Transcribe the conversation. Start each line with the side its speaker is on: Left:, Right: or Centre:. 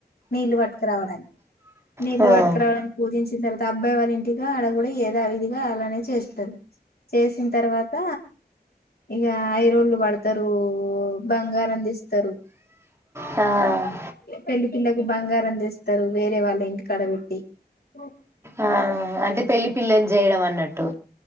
Left: నీళ్లు పట్టుకురావడానికి నీళ్లు
Right: వాళ్ళ
Left: పట్టుకురావడాని పూజించిన తర్వాత అబ్బాయి వాళ్ళింటిగా ఆడ కూడా ఏదావిధిగా అలానే చేస్తారు చేసిన తర్వాత ఇగ ఐరోళ్లు పడతారు బంగారందిస్తారు
Right: ఆ
Left: పెళ్లి పిల్లకు బంగారం చేస్తారు వేరే వాళ్ళ ఇంటి కాడబెట్టి ఉ
Right: ఆ అంటే పెళ్లి పిల్లని చేయడం అన్నట్ట్ ట్టు